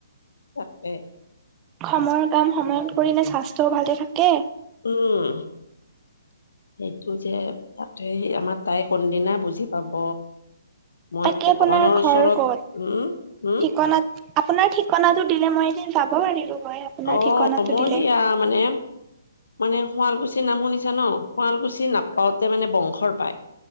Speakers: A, on the left; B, on the right.
A: তাকে।
B: সময়ৰ কাম সময়ত কৰিলে স্বাস্থ্যও ভালে থাকে।
A: উম, সেইটো যে তাকে, সেই আমাৰ তাই কোনদিনা বুজি পাব? মই
B: বাকী
A: ভগৱানৰ
B: আপোনাৰ ঘৰ
A: ওচৰত
B: ক'ত?
A: উম হম
B: ঠিকনাত আপোনাৰ ঠিকনাটো দিলে, মই এদিন যাব পাৰিলো হয়। আপোনাৰ
A: অ'
B: ঠিকনাটো
A: মই
B: দিলে।
A: সেয়া মানে মানে শুৱালকুছিৰ নাম শুনিছা ন'? শুৱালকুছি নাপাওঁতে মানে বংশৰ পায়।